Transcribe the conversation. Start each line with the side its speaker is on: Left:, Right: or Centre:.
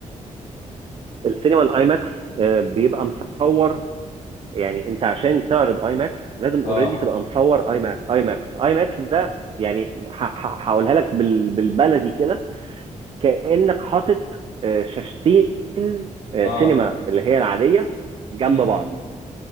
Right: السينما الاي ماكس آه، بيبقى مصور يعني انت عشان تعرض اي ماكس لازم اوريدي
Left: اه
Right: تبقى مصور اي ماكس اي ماكس اي ماكس ده يعني ه- ه- هقولها لك بال- بالبلدي كده كانك حاطط آه، شاشتين آه،
Left: اه
Right: سينما اللي هي العاديه جنب
Left: امم
Right: بعض